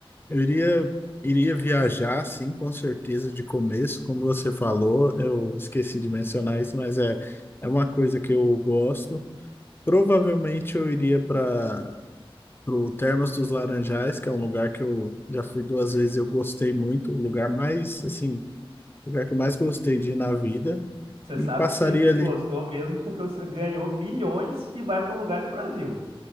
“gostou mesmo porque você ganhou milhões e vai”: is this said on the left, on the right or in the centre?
Right